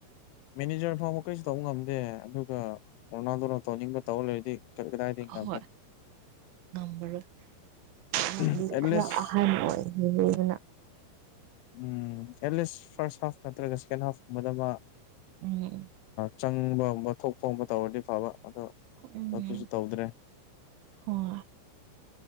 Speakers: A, on the left; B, on the right.
A: ꯃꯦꯅꯦꯖꯔ ꯐꯥꯎꯕ ꯀꯩꯁꯨ ꯇꯧꯕ ꯉꯝꯗꯦ ꯑꯗꯨꯒ ꯀꯣꯅꯥꯗꯨꯅ ꯇꯧꯅꯤꯡꯕ ꯇꯧ ꯂꯩꯔꯗꯤ ꯀꯗꯥꯏꯗꯤ
B: ꯑꯍꯣꯏ
A: ꯉꯝꯃꯅꯤ
B: ꯈꯔ
A: ꯑꯦꯠꯂꯤꯁ
B: ꯑꯍꯟ ꯑꯣꯏꯗꯅ
A: ꯎꯝ ꯑꯦꯠꯂꯤꯁ ꯐꯥꯔꯁꯠ ꯍꯥꯐ ꯅꯠꯇ꯭ꯔꯒ ꯁꯦꯀꯦꯟ ꯍꯥꯐꯀꯨꯝꯕꯗ ꯃꯥ
B: ꯎꯝ
A: ꯆꯪꯕꯒꯨꯝꯕ ꯊꯣꯛꯄꯒꯨꯝꯕ ꯇꯧꯔꯗꯤ ꯐꯕ ꯑꯗꯣ
B: ꯎꯝ
A: ꯑꯗꯨꯁꯨ ꯇꯧꯗ꯭ꯔꯦ
B: ꯍꯣꯏ